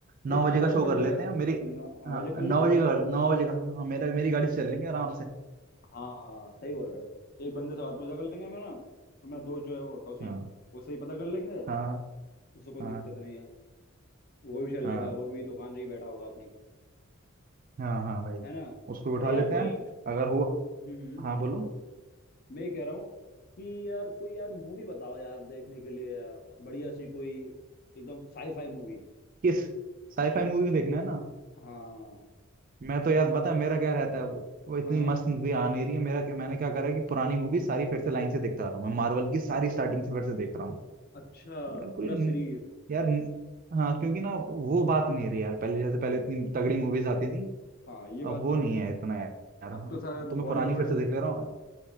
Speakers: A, on the right; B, on the left.
A: नौ
B: भाई सात
A: बजे का
B: आठ
A: शो
B: बजेगा
A: कर लेते हैं मेरी
B: नौ
A: हाँ
B: बजे कर
A: नौ
B: लो
A: बजे का नौ बजे का हाँ, मेरा मेरी गाड़ी से चल लेंगे आराम से
B: हाँ सही बोल रहे हो एक बंदे से और पूछा कर लेंगे हम, है ना अपना दोस्त जो है वो तौसीम
A: हाँ
B: उससे ही पता कर लेंगे
A: हाँ
B: उससे कोई
A: हाँ
B: दिक्कत नहीं है वो भी चल
A: हाँ
B: लेगा वो भी दुकान में ही बैठा होगा अपनी
A: हाँ हाँ भाई
B: है ना
A: उसको बिठा
B: अरे यार
A: लेते
B: कोई
A: हैं अगर हो
B: हम्म
A: हाँ बोलो
B: मैं कह रहा हूँ कि यार कोई यार मूवी बताओ यार देखने के लिए यार बढ़िया सी कोई एकदम साई फाई मूवी
A: किस साईफाई मूवी में देखना है ना
B: हाँ
A: मैं तो यार बता मेरा क्या रहता है वो इतनी
B: हाँ हाँ
A: मस्त मूवी आ नहीं रही है मेरा क्या मैंने क्या करा है कि पुरानी मूवी सारी फिर से लाइन से देखता आ रहा हूँ मैं मार्वल की सारी स्टार्टिंग से फिर से देख रहा हूँ
B: अच्छा
A: यार कोई
B: पूरा
A: न-
B: सीरीज
A: यार न- हाँ क्योंकि ना वो बात नहीं रही यार पहले जैसे पहले इतनी तगड़ी मूवीज आती थी
B: हाँ ये
A: अब
B: बात
A: वो
B: तो
A: नहीं
B: है
A: है इतना यार यार,
B: अब तो सारे
A: तो मैं
B: बॉलीवुड
A: पुरानी फिर से देख ले रहा हूँ